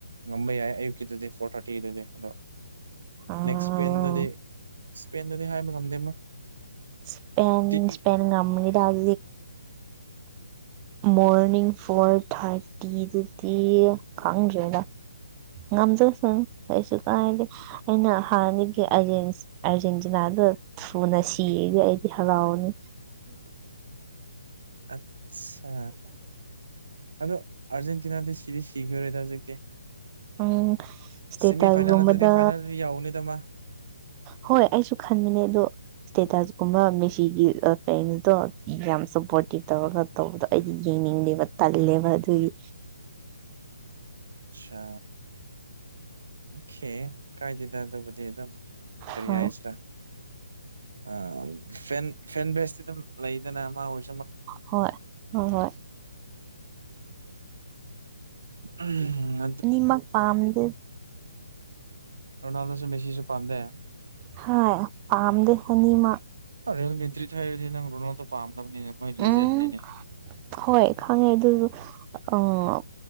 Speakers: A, on the right; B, on the right.
A: ꯉꯝꯕꯥ ꯌꯥꯏ ꯑꯌꯨꯛꯀꯤꯗꯨꯗꯤ ꯐꯣꯔ ꯊꯥꯔꯇꯤꯗꯨꯗꯤ ꯑꯗꯣ
B: ꯎꯝ
A: ꯅꯦꯛꯁ ꯏꯁꯄꯦꯟꯗꯗꯤ ꯏꯁꯄꯦꯟꯗꯗꯤ ꯍꯥꯏꯕ ꯉꯝꯗꯦ
B: ꯢꯁꯄꯦꯟ
A: ꯇꯤꯝ
B: ꯢꯁꯄꯦꯟ ꯉꯝꯅꯤꯗ <inaudible> ꯃꯣꯔꯅꯤꯡ ꯐꯣꯔ ꯊꯥꯔꯇꯤꯗꯨꯗꯤ ꯈꯪꯗ꯭ꯔꯦꯗ ꯉꯝꯖꯁꯅꯨ ꯀꯩꯁꯨ ꯀꯥꯏꯗꯦ ꯑꯩꯅ ꯍꯥꯟꯅꯒꯤ ꯑꯔꯖꯦꯟꯇꯅꯥꯗꯨ ꯊꯨꯅ ꯁꯤꯌꯦꯒ ꯑꯩꯗꯤ ꯍꯔꯥꯎꯅꯤ
A: ꯑꯠꯁꯥ ꯑꯗꯣ ꯑꯔꯖꯦꯟꯇꯤꯟꯗꯤ ꯁꯤꯗꯤ ꯁꯤꯈꯤꯔꯦꯗ ꯍꯧꯖꯤꯛꯇꯤ
B: ꯎꯝ ꯁꯇꯦ
A: ꯁꯦꯃꯤ
B: ꯇꯜꯒꯝꯕꯗ
A: ꯐꯥꯏꯅꯦꯜ ꯅꯠꯇ꯭ꯔꯗꯤ ꯐꯥꯏꯅꯦꯜꯗꯤ ꯌꯧꯅꯤꯗ ꯃꯥ
B: ꯍꯣꯏ ꯑꯩꯁꯨ ꯈꯟꯕꯅꯦ ꯑꯗꯣ ꯏꯁꯇꯦꯇꯖꯀꯨꯝꯕ ꯃꯦꯁꯤꯒꯤ <inaudible> ꯌꯥꯝ ꯁꯞꯄꯣꯔꯇꯤ ꯇꯧꯔꯒ ꯇꯧꯕꯗꯣ ꯑꯩꯗꯤ ꯌꯦꯡꯅꯤꯡꯗꯦꯕ ꯇꯜꯂꯦꯕ ꯑꯗꯨꯒꯤ
A: ꯁꯥ ꯑꯣꯈꯦ ꯀꯥꯏꯗꯦꯗ ꯑꯗꯨꯕꯨꯗꯤ ꯑꯗꯨꯝ ꯀꯔꯤ
B: ꯍꯣꯏ
A: ꯍꯥꯏꯁ꯭ꯔꯥ ꯑꯥ ꯐꯦꯟ ꯐꯦꯟ ꯕꯦꯁꯇꯤ ꯑꯗꯨꯝ ꯂꯩꯗꯅ ꯑꯃ ꯑꯣꯏ
B: ꯍꯣꯏ ꯑꯣꯍꯣꯏ
A: ꯎꯝ
B: ꯑꯅꯤꯃꯛ ꯄꯥꯝꯗꯦ
A: ꯔꯣꯅꯥꯜꯗꯣꯁꯨ ꯃꯦꯁꯤꯁꯨ ꯄꯥꯝꯗꯦ
B: ꯍꯣꯏ ꯄꯥꯝꯗꯦ ꯑꯅꯤꯃꯛ
A: ꯔꯤꯌꯦꯜ ꯃꯤꯇ꯭ꯔꯤ ꯍꯥꯏꯔꯗꯤ ꯅꯪ ꯔꯣꯅꯥꯜꯗꯣ ꯄꯥꯝꯗꯕꯅꯤꯅꯦ ꯃꯣꯏ ꯂꯦꯖꯦꯟꯅꯤꯅꯦ
B: ꯎꯝ ꯍꯣꯏ ꯈꯪꯉꯦ ꯑꯗꯨꯁꯨ ꯑꯥ